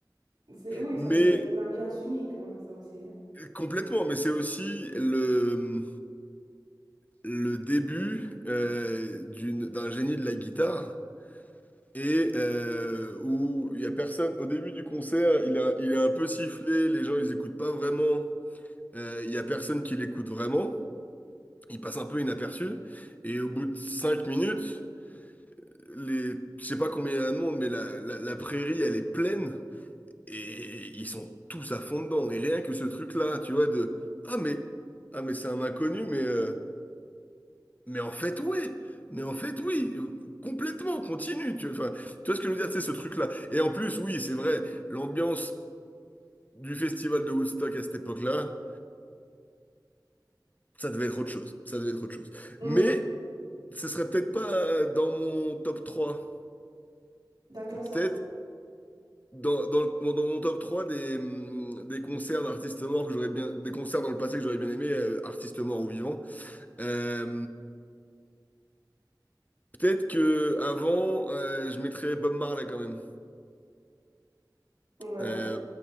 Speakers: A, on the right (about 75°); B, on the left (about 20°).
A: C'est, oui,
B: Mais
A: ça devait être une ambiance unique, hein, ça aussi. hein.
B: complètement, mais c'est aussi le, le début euh, d'une, d'un génie de la guitare. Et euh, où il y a personne, au début du concert, il a, il est un peu sifflé, les gens ils écoutent pas vraiment, Euh, il y a personne qui l'écoute vraiment. il passe un peu inaperçu. Et au bout de cinq minutes, les, je sais pas combien il y a de monde, mais la, la, la prairie, elle est pleine. Et ils sont tous à fond dedans. Et rien que ce truc-là, tu vois, de ah mais ah mais c'est un inconnu, mais euh, mais en fait ouais, mais en fait oui, Euh, complètement, continue. Tu vois, enfin, tu vois ce que je veux dire, c'est ce truc-là. Et en plus, oui, c'est vrai, l'ambiance du festival de Woodstock à cette époque-là, ça devait être autre chose. Ça devait être autre chose.
A: Mm.
B: Mais ce serait peut-être pas dans mon top trois
A: Dans quel
B: Peut-être
A: sens?
B: dans, dans, le- dans mon top 3 des, hum, des concerts d'artistes morts que j'aurais bien, des concerts dans le passé que j'aurais bien aimé, euh, artistes morts ou vivants. Euh, peut-être que avant, euh, je mettrais Bob Marley quand même.
A: Ouais.
B: Euh,